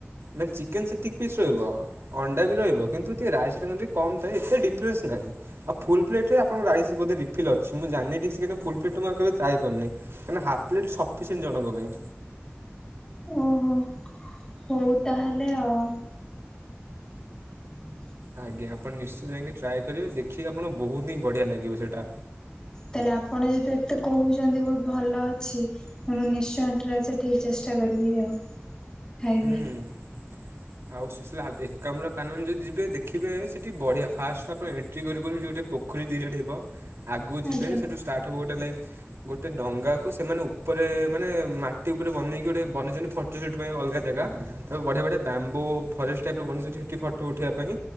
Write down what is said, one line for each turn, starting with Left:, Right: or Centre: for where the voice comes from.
Right: ନାଇ ଚିକେନ୍ ସେତିକି ପିସ୍ ରହିବ। ଅଣ୍ଡା ବି ରହିବ କିନ୍ତୁ ଟିକେ ରାଇସଟା ଯଦି କମ ଥାଏ ଏତେ ଡିଫରେନ୍ସ ନାହିଁ। ଆଉ ଫୁଲ ପ୍ଲେଟରେ ଆପଣଙ୍କ ରାଇସ୍ ବୋଧେ ରିଫିଲ୍ ଅଛି। ମୁଁ ଜାନିନି ଠିକସେ। ଫୁଲ୍ ପ୍ଲେଟ୍ ଆଉ କେବେ ଟ୍ରାଏ କରିନି। କାରଣ ହାଫ୍ ପ୍ଲେଟ୍ ସଫିସିଏଣ୍ଟ ଜଣଙ୍କ ପାଇଁ।
Left: ଓହୋ ହଉ ତାହେଲେ ଆଉ। <inaudible>
Right: ଆଜ୍ଞା ଆପଣ ନିଶ୍ଚିତ ଯାଇକି ଟ୍ରାଏ କରିବେ। ଦେଖିବେ ଆପଣଙ୍କୁ ବହୁତିହିଁ ବଢିଆ ଲାଗିବ ସେଇଟା।
Left: ତାହେଲେ ଆପଣ ଯଦି ଏତେ କହୁଛନ୍ତି ବହୁତ ଭଲ ଅଛି ମୁଁ ନିଶ୍ଚୟ ପ୍ରାଏ ସେଠିକି ଚେଷ୍ଟା କରିବି ଆଉ ଖାଇବି
Right: ହୁଁ। ଆଉ ସୁଶିଳାଏକ୍ରାମ କାନନ ଯଦି ଯିବେ ଦେଖିବେ ସେଠି ବଢିଆ ଫାଷ୍ଟ ତାପରେ ଏଣ୍ଟ୍ରି କରୁ କରୁ ଯୋଉଠି ପୋ ପୋଖରୀ ଦୁଇ ଟା ଥିବା ଆଗକୁ ଯିବେ
Left: ଆଜ୍ଞା
Right: ସେଇଠୁ ଷ୍ଟାର୍ଟ ଗୋଟେ ଲାଇଟ୍ ଗୋଟେ ଡଙ୍ଗାକୁ ସେମାନେ ଉପରେ ମାନେ ମାଟି ଉପରେ ବନେଇକି ଗୋଟେ ବନେଇଛନ୍ତି ଫଟୋ ସୁଟ ପାଇଁ ଅଲଗା ଜାଗା ତାକୁ ବଢିଆ ବଢିଆ ବ୍ୟାମ୍ବୋ ଫରେଷ୍ଟ ଟାଇପର ବନେଇଛନ୍ତି, ସେଠି ଫଟୋ ଉଠେଇବା ପାଇଁ।